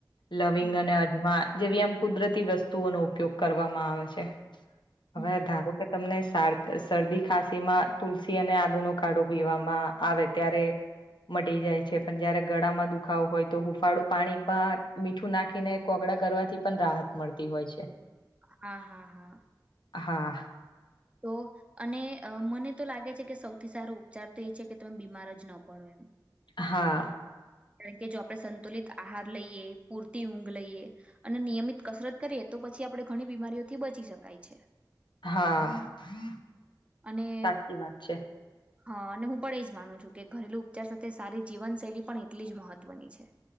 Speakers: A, on the left; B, on the right.
A: લવિંગ
B: હમ
A: અને અજમા જેવી આમ કુદરતી વસ્તુઓનો ઉપયોગ કરવામાં આવે છે.
B: હમ
A: હવે ધારો કે તમને શરદી ખાંસીમાં તુલસી અને આદુનો કાડો પીવામાં આવે ત્યારે મટી જાય છે પણ જયારે ગળામાં દુખાવો હોય તો હુફાળું પાણી પણ મીઠું નાખીને કોગડ કરવાથી પણ રાહત મળતી હોય છે.
B: હા હા હા
A: હા
B: તો અને મને તો લાગે છે કે સૌથી સારો ઉપચાર તો એ છે કે તમે બીમાર જ ન પડો એમ
A: હા.
B: કારણ કે જો આપણે સંતુલિત આહાર લઈએ પૂરતી ઊંઘ લઈએ અને નિયમિત કસરત કરીએ તો પછી આપડણે ઘણી બીમારીઓથી બચી શકાય છે.
A: હા.
B: અને
A: સાચી વાત છે
B: હા અને હું પણ એજ માનું છું કે ઘરેલુ ઉપચાર સાથે સારી જીવનશૈલી પણ એટલી જ મહત્વની છે.